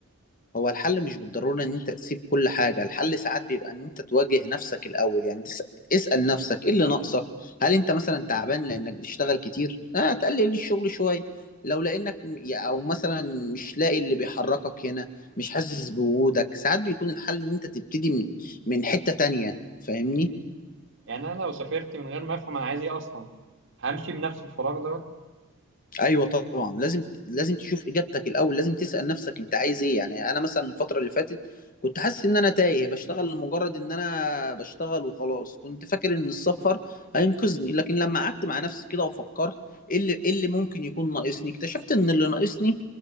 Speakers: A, on the left; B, on the right.
A: هو الحل مش بالضرورة ان انت تسيب كل حاجة الحل ساعات بيبقى ان انت تواجه نفسك الاول يعني تس... اسأل نفسك ايه اللي ناقصك هل انت مثلا تعبان لانك بتشتغل كتير اه تقلل الشغل شوية لو لانك م- او مثلا مش لاقي اللي بيحركك هنا مش حاسس بوجودك ساعات بيكون الحل ان انت تبتدي من من حتة تانية فاهمني
B: يعني انا لو سافرت من غير ما افهم انا عايز ايه اصلا همشي بنفس الفراغ دوت
A: ايوه طبعا لازم لازم تشوف اجابتك الاول لازم تسال نفسك انت عايز ايه يعني انا مثلا الفتره اللي فاتت كنت حاسس ان انا تايه بشتغل لمجرد ان انا بشتغل وخلاص كنت فاكر ان السفر هينقذني لكن لما قعدت مع نفسي كده وفكرت ايه اللي ايه اللي ممكن يكون ناقصني اكتشفت ان اللي ناقصني